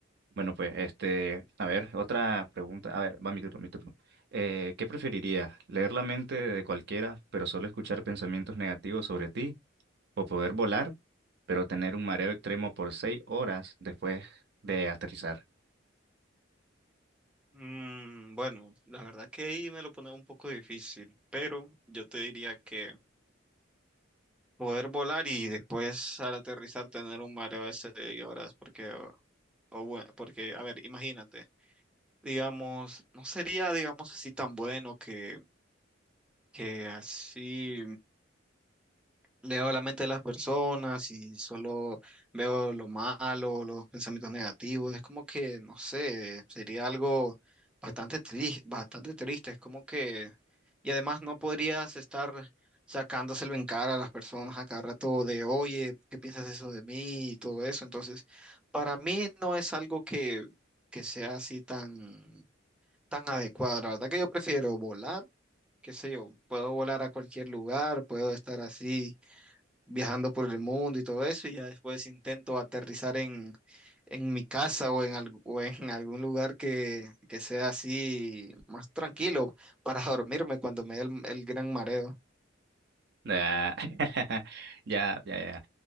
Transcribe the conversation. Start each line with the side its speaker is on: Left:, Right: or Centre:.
Right: Bueno, pues, este, a ver, otra pregunta. A ver, va mi turno, mi turno. Eh, ¿qué preferirías? ¿Leer la mente de cualquiera, pero solo escuchar pensamientos negativos sobre ti? ¿O poder volar, pero tener un mareo extremo por seis horas después de aterrizar?
Centre: Mm, bueno, la verdad que ahí me lo pone un poco difícil, pero yo te diría que Poder volar y después al aterrizar tener un mareo de seis horas, porque, o, o bue- porque, a ver, imagínate, digamos, no sería, digamos, así tan bueno que, que así. leo la mente de las personas y solo veo lo malo, los pensamientos negativos. Es como que, no sé, sería algo bastante triste, bastante triste. Es como que, y además no podrías estar sacándoselo en cara a las personas a cada rato de, oye, ¿qué piensas eso de mí? y todo eso. Entonces, para mí no es algo que, que sea así tan, tan adecuado. La verdad que yo prefiero volar. qué sé yo, puedo volar a cualquier lugar, puedo estar así viajando por el mundo y todo eso, y ya después intento aterrizar en, en mi casa o en, al- o en algún lugar que, que sea así más tranquilo para dormirme cuando me dé el, el gran mareo.
Right: Ah, <laughs> Ya, ya, ya.